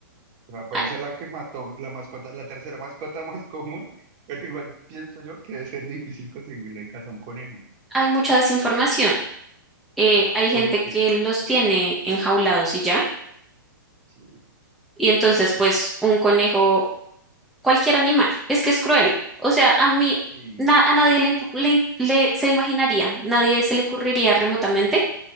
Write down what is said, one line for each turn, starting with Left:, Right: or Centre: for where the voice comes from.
Right: O sea, puede
Centre: Ha-
Right: ser la que mató, la mascota, la tercera mascota <laughs> más común, pero igual pienso yo que debe ser difícil conseguirle casa a un conejo.
Centre: Hay mucha desinformación. Eh, hay gente
Right: Porque,
Centre: que los tiene enjaulados y ya.
Right: sí,
Centre: Y entonces, pues, un conejo, cualquier animal, es que es cruel. O sea, a mí,
Right: sí.
Centre: na- a nadie le, impu- le, in- le- se imaginaría, nadie se le ocurriría remotamente